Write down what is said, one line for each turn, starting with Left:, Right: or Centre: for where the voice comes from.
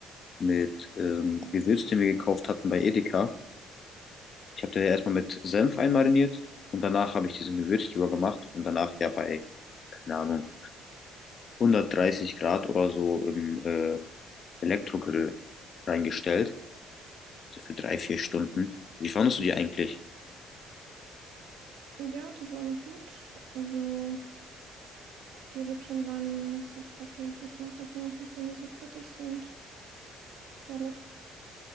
Left: mit ähm, Gewürz, den wir gekauft hatten bei Edeka. Ich habe die ja erstmal mit Senf einmariniert und danach habe ich diesen Gewürz drüber gemacht und danach ja bei, keine Ahnung, 130 Grad oder so im äh, Elektrogrill reingestellt. So für drei, vier Stunden. Wie fandest du die eigentlich?
Right: Ja, die waren gut. Also die Rippchen waren nicht so fettig. Ich mag das nämlich nicht, wenn die so fettig sind. Es war lecker.